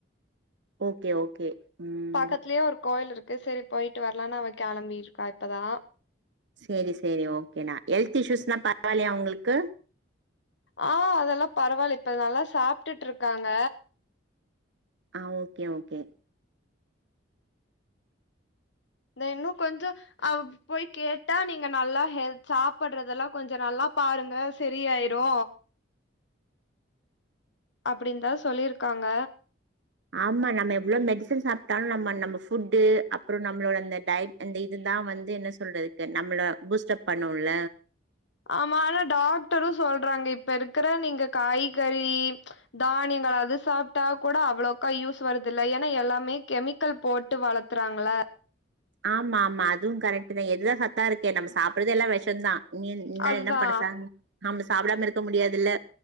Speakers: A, on the right; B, on the left.
A: ஓகே ஓகே ம்
B: பக்கத்லியே ஒரு கோயில் இருக் செரி போயிட்டு வரலானு அவ கிளம்பிருக்கா இப்பதா
A: சேரி சேரி ஓகேணா ஹெல்த் இஷ்யூஸ்லா பரவால்லியா உங்களுக்கு
B: ஆஹ் அதெலா பரவால்ல இப்ப நல்லா சாப்டுட்டு இருக்காங்க
A: ஆஹ் ஓகே ஓகே
B: நா இன்னு கொஞ்சொ அவ் போய் கேட்டா நீங்க நல்லா ஹெல் சாப்றதெல்லா‌ கொஞ்சொ நல்லா பாருங் க சரியாயிரு அப்டின்தா சொல்லிருகாங்க
A: ஆமா நம்ம எவ்ளொ மெடிசன் சாப்டாலு நம்ம நம்ம ஃபுட்டு அப்றொ நம்ளோட இந்த டயட் இந்த இதுதா வந்து என்ன சொல்றக்கு நம்ள பூஸ்ட்அப் பண்ணுல
B: ஆமா ஆனா டாக்டரு சொல்றாங்க இப்ப இருக்கற நீங்க காய்கறி தானியங்கள் அது சாப்டா கூட அவ்ளோக்கா யூஸ் வருதுல்ல ஏன்னா எல்லாமே கெமிக்கல் போட்டு வளத்துறாங்கள்ள
A: ஆமா ஆமா அதுவு கரெக்ட்தா எதுதா சத்தா இருக்கு நம்ம சாப்றது எல்லா வெஷந்தா நீ என்
B: அதுதா
A: என்ன படுச நம்ம சாப்டாம இருக்க முடியாதுல